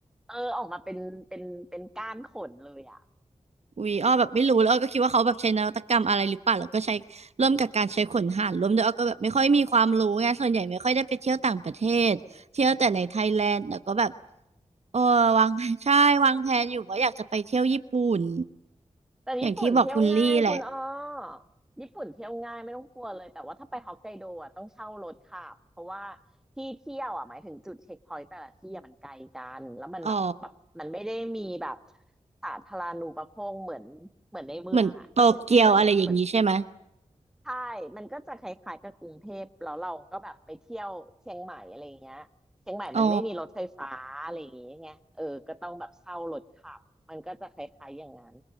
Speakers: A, in the centre; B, on the right.
A: เออออกมาเป็นเป็นเป็นก้านขนเลยอ่ะ
B: วีอ้อแบบไม่รู้แล้วอ้อก็คิดว่าเขาแบบใช้นวัตกรรมอะไรหรือเปล่าแล้วก็ใช้ร่วมกับการใช้ขนห่านร่วมด้วยอ้อก็แบบไม่ค่อยมีความรู้ไงส่วนใหญ่ไม่ค่อยได้ไปเที่ยวต่างประเทศเที่ยวแต่ในไทยแลนด์แต่ก็แบบเออวาง <laughs> ใช่วางแผนอยู่ว่าอยากจะไปเที่ยวญี่ปุ่น
A: แต่ญี่ปุ่นเที่ยวง่ายคุณอ้อ
B: อย่างที่บอกคุณลี่แหละ
A: ญี่ปุ่นเที่ยวง่ายไม่ต้องกลัวเลยแต่ว่าถ้าไปฮอกไกโดอ่ะต้องเช่ารถขับเพราะว่าที่เที่ยวอ่ะหมายถึงจุดเช็คพอยต์แต่ละที่อ่ะมันไกลกันแล้วมันแบบแบบมันไม่ได้มีแบบ
B: อ๋อ
A: สาธารณูปโภคเหมือนเหมือนในเมืองอ่ะก็คือเหมือนเหมือน
B: เหมือนโตเกียวอะไรอย่างนี้ใช่ไหม
A: ใช่มันก็จะคล้ายๆกับกรุงเทพแล้วเราก็แบบไปเที่ยวเชียงใหม่อะไรอย่างเงี้ยเชียงใหม่มันไม่มีรถไฟฟ้าอะไรอย่างเงี้ยไงเออก็ต้องแบบเช่ารถขับมันก็จะคล้ายๆอย่างนั้น
B: อ๋อ